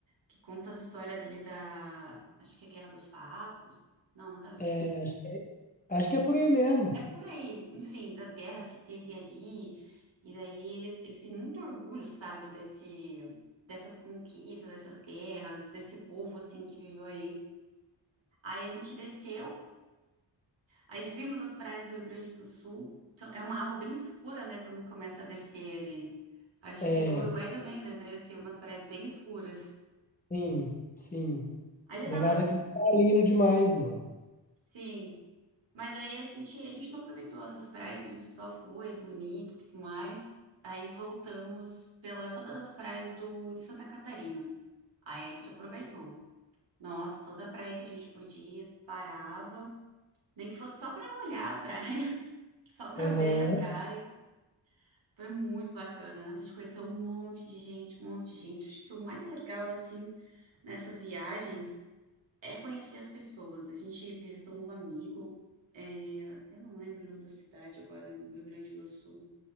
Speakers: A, on the right; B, on the left.
A: que conta as histórias ali da, acho que é Guerra dos Farrapos. Não, nada a ver.
B: É, acho que é, acho que é por aí mesmo.
A: É por aí, enfim, das guerras que teve ali. E daí eles, eles têm muito orgulho, sabe, desse, dessas conquistas, dessas guerras, desse povo, assim, que viveu ali. Aí a gente desceu, aí vimos as praias do Rio Grande do Sul. Então, é uma água bem escura, né, quando começa a descer ali. Acho
B: É,
A: que o Uruguai também, né, deve ser umas praias bem escuras.
B: sim, sim.
A: Aí já
B: Não
A: tava,
B: é nada cristalino demais, não.
A: sim, Mas aí a gente, a gente não aproveitou essas praias, a gente só foi, é bonito e tudo mais. Aí voltamos pela todas as praias do, de Santa Catarina. Aí a gente aproveitou. Nossa, toda praia que a gente podia, parava. Nem que fosse só pra olhar a praia, <laughs> só pra
B: Aham.
A: ver a praia. Foi muito bacana. A gente conheceu um monte de gente, um monte de gente. Acho que o mais legal, assim, nessas viagens. É conhecer as pessoas. A gente visitou um amigo, é, eu não lembro o nome da cidade agora, no Rio Grande do Sul,